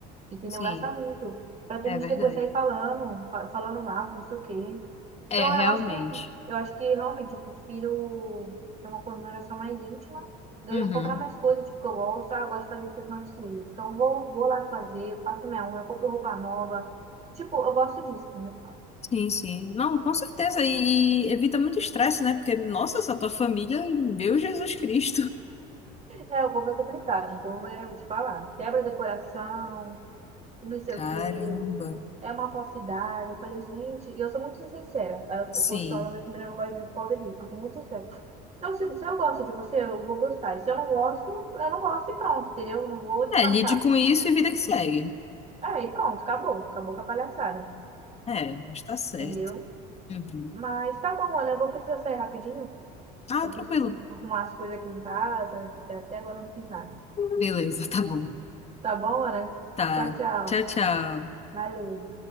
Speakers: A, on the right; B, on the left.
A: entendeu?
B: sim.
A: Gasta muito. Pra que
B: É
A: a gente
B: verdade.
A: depois sair falando, fa- falando mal, não sei o quê.
B: É,
A: Então
B: realmente.
A: eu acho que eu acho que realmente eu prefiro ter uma comemoração mais íntima, ganhar,
B: Uhum.
A: comprar mais coisas, tipo, que eu gosto, ah, eu gosto de fazer sessão de cílios. Então eu vou, vou lá fazer, eu faço minha unha, eu compro roupa nova. Tipo, eu gosto disso, entendeu?
B: Sim, sim. Não, com certeza. E, e evita muito estresse, né? Porque, nossa, essa tua família, meu Jesus Cristo.
A: É, o povo é complicado, o povo é, eu vou te falar, quebra decoração. e não sei
B: Caramba.
A: o quê. É uma falsidade. Eu falei, gente, e eu sou muito sincera. A,
B: Sim.
A: a porção da minha família não gosta de mim por causa disso. Eu sou muito sincera. Então, tipo, se eu gosto de você, eu vou gostar. E se eu não gosto, eu não gosto e pronto, entendeu? Eu Não vou disfarçar.
B: É, lide com isso e vida que segue.
A: Aí, pronto, acabou. Acabou com a palhaçada,
B: É, mas tá certo.
A: entendeu?
B: Uhum.
A: Mas tá bom, olha, eu vou precisar sair rapidinho.
B: Ah,
A: Eu
B: tranquilo.
A: preciso arrumar as coisas aqui em casa. Até agora eu não fiz nada.
B: Beleza, <laughs> tá bom.
A: Tá bom, Ana?
B: Tá.
A: Tchau, tchau.
B: Tchau, tchau.
A: Valeu.